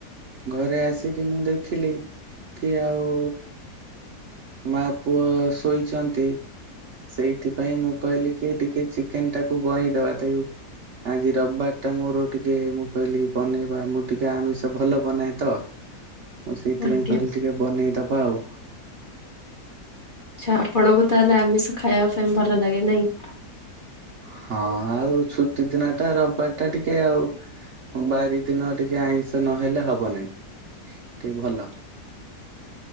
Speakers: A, on the right (about 65°); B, on the left (about 50°).
A: ଘରେ ଆସିକି ମୁଁ ଦେଖିଲି କି ଆଉ ମା ପୁଅ ଶୋଇଛନ୍ତି ସେଇଥିପାଇଁ ମୁଁ କହିଲି କି ଟିକେ ଚିକେନ ଟାକୁ <unintelligible> ଆଜି ରବାର ତ ମୋର ଟିକେ ମୁଁ କହିଲି ବନେଇବା ମୁଁ ଟିକେ ଆମିଷ ଭଲ ବନାଏ ତ ମୁଁ ସେଇଥିପାଇଁ
B: ଆଜ୍ଞା
A: କହିଲି ଟିକେ ବନେଇଦବା ଆଉ।
B: ଆଛା ଆପଣଙ୍କୁ ତାହେଲେ ଆମିଷ ଖାଇବା ପାଇଁ ଭଲ ଲାଗେ ନାଇଁ?
A: ହଁ ଆଉ ଛୁଟି ଦିନ ଟା ରବିବାର ଟା ଟିକେ ଆଉ ବାରି ଦିନ ଟିକେ ଆଇଁଷ ନହେଲେ ହବ ନାହିଁ ଟିକେ ଭଲ।